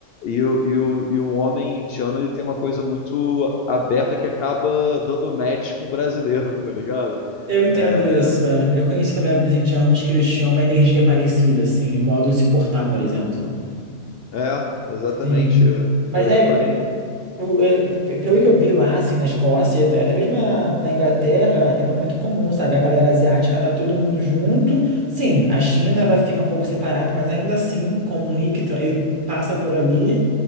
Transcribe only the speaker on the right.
Eu entendo
isso, é. Eu conheci também alguns indianos que eles tinham uma energia parecida, assim, o modo de se portar, por exemplo.
Sim.
Mas
é,
O- é, pe- pe- Pelo que eu vi lá, assim, na Escócia, até mesmo na, na Inglaterra, era muito comum, sabe? A galera asiática tá todo mundo junto. Sim, a China, ela fica um pouco separada, mas ainda assim comunica e, tra- e passa por ali.